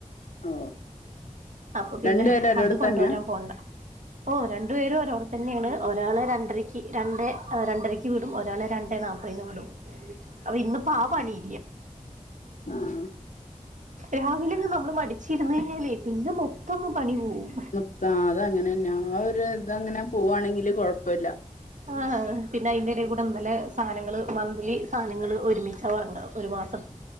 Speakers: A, on the left; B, on the right.
A: ഓ
B: അപ്പൊ പിന്നെ
A: രണ്ടു പേരും
B: അത്
A: ഒരിടത്ത്
B: കൊണ്ടോരാൻ
A: തന്നെയാ
B: പോണ്ട ഓഹ് രണ്ടു പേരും ഒരോടത്തെന്നെയാണ് ഒരാള് രണ്ടരക്ക് രണ്ടേ രണ്ടരക്ക് വീടും ഒരാളെ രണ്ടേ നാല്പത് പതിന് വിടും അപ്പ ഇന്ന് ഇപ്പ ആ പണില്ല
A: ആഹ്
B: രാവിലങ്ങ് നമ്മള് മടിച്ചിരുന്നു കഴിഞ്ഞാലേ പിന്നെ മൊത്തം ഒന്ന് പണി പോകും
A: മൊത്തം അത് അങ്ങനെന്നാ ആ ഒരു ഇതങ്ങനെ പോവാണെങ്കില് കൊഴപ്പില്ല
B: ആഹ പിന്നെ അതിന്റെട കൂടെ ഇന്നലെ സാനങ്ങള് മന്ത്ലി സാനങ്ങള് ഒരുമിച്ചാ വാങ്ങ ഒരു മാസം